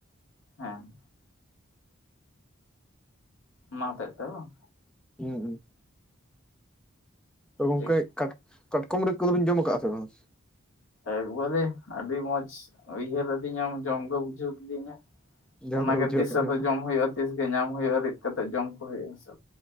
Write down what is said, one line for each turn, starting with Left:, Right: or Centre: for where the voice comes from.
Left: ᱦᱮᱸ ᱚᱱᱟ ᱦᱚᱛᱮᱡᱛᱮ ᱵᱟᱝ
Centre: ᱦᱩᱸ ᱦᱩᱸ ᱛᱚ, ᱜᱚᱝᱠᱮ
Left: ᱴᱷᱤᱠ
Centre: ᱠᱟᱴ ᱠᱟᱴᱠᱚᱢ ᱨᱤᱫ ᱠᱚᱫᱚ ᱵᱤᱱ ᱡᱚᱢ ᱟᱠᱟᱜᱼᱟ ᱥᱮ ᱵᱟᱝ
Left: ᱮᱠᱵᱟᱨᱮ ᱟᱹᱰᱤ ᱢᱚᱸᱡᱽ ᱩᱭᱦᱟᱹᱨ ᱟᱹᱫᱤᱧᱟᱢ ᱡᱚᱢ ᱜᱮ ᱵᱩᱡᱷᱟᱹᱣ ᱠᱤᱫᱤᱧᱟ
Centre: ᱡᱚᱢ
Left: ᱚᱱᱟᱜᱮ
Centre: ᱜᱮ ᱵᱩᱡᱷᱟᱹᱣ
Left: ᱛᱤᱥ
Centre: ᱠᱮᱫ
Left: ᱟᱫᱚ
Centre: ᱞᱤᱧᱟ
Left: ᱡᱚᱢ ᱦᱩᱭᱩᱜᱼᱟ ᱛᱤᱥ ᱜᱮ ᱧᱟᱢ ᱦᱩᱭᱩᱜᱼᱟ ᱨᱤᱫ ᱠᱟᱛᱮᱜ ᱡᱚᱢ ᱠᱚ ᱦᱩᱭᱩᱜᱼᱟ ᱦᱮᱸ ᱥᱮ